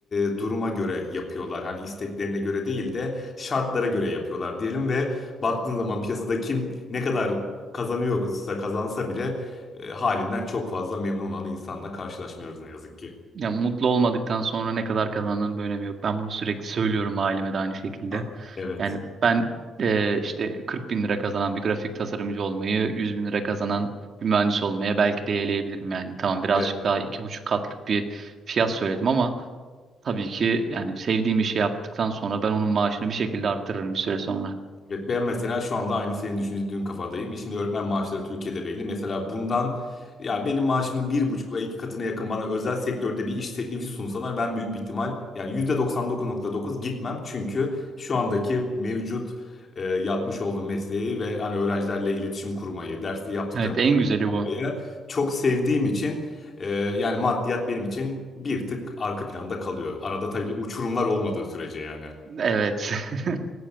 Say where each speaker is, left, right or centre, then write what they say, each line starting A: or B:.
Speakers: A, on the left; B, on the right.
A: e, duruma göre yapıyorlar. Hani isteklerine göre değil de şartlara göre yapıyorlar diyelim ve baktığın zaman piyasada kim ne kadar kazanıyorsa kazansa bile e, halinden çok fazla memnun olan insanla karşılaşmıyoruz ne yazık ki.
B: Ya mutlu olmadıktan sonra ne kadar kazandığının bir önemi yok. Ben bunu sürekli söylüyorum aileme de aynı şekilde.
A: Ha. Evet.
B: Yani ben e, işte 40 bin lira kazanan bir grafik tasarımcı olmayı, 100 bin lira kazanan bir mühendis olmaya belki de eleyebilirim yani. Tamam birazcık
A: e,
B: daha iki buçuk katlık bir fiyat söyledim ama tabii ki yani sevdiğim işi yaptıktan sonra ben onun maaşını bir şekilde arttırırım bir süre sonra.
A: Evet, ben mesela şu anda aynı senin düşündüğün kafadayım. E, Şimdi öğretmen maaşları Türkiye'de belli. Mesela bundan yani benim maaşımın bir buçuk veya iki katına yakın bana özel sektörde bir iş teklifi sunsalar ben büyük bir ihtimal yani %99.9 gitmem. Çünkü şu andaki mevcut e, yapmış olduğum mesleği ve hani öğrencilerle iletişim kurmayı, derste yaptıklarımı
B: Evet en güzeli
A: olmayı
B: bu.
A: çok sevdiğim için e, yani maddiyat benim için bir tık arka planda kalıyor. Arada tabii ki uçurumlar olmadığı sürece yani.
B: Evet. <laughs>